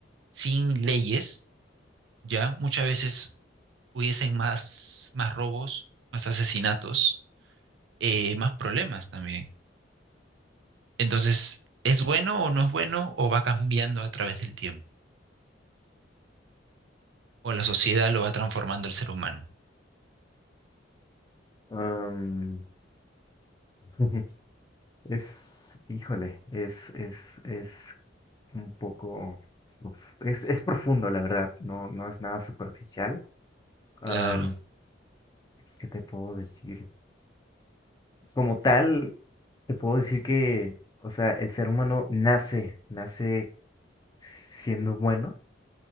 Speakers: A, on the right (about 75°); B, on the left (about 20°).
A: sin leyes ya muchas veces hubiesen más, más robos, más asesinatos, eh, más problemas también. Entonces, ¿es bueno o no es bueno o va cambiando a través del tiempo? O la sociedad
B: Sí,
A: lo va transformando el ser humano.
B: Am, <laughs> es, híjole, es, es, es un poco, uf, es, es profundo, la verdad, no, no es nada superficial. Am,
A: Claro,
B: ¿qué te puedo decir? Como tal, te puedo decir que, o sea, el ser humano nace, nace siendo bueno